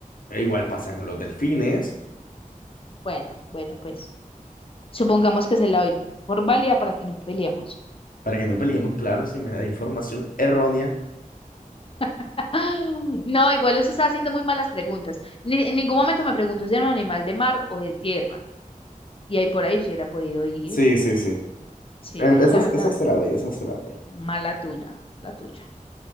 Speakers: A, on the left (about 75°); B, on the left (about 40°).
A: igual pasa con los delfines.
B: Bueno, bueno, pues supongamos que se la doy por válida para que no peleemos.
A: Para que no peleemos, claro, si me da información errónea.
B: <laughs> No, igual usted está haciendo muy malas preguntas. Ni- en ningún momento me preguntó si era un animal de mar o de tierra. Y ahí por ahí si hubiera podido ir.
A: Sí, sí, sí.
B: Sí,
A: Em,
B: ahí
A: Esa,
B: la verdad.
A: esa se la doy, esa se la doy.
B: Mala tuya, la tuya.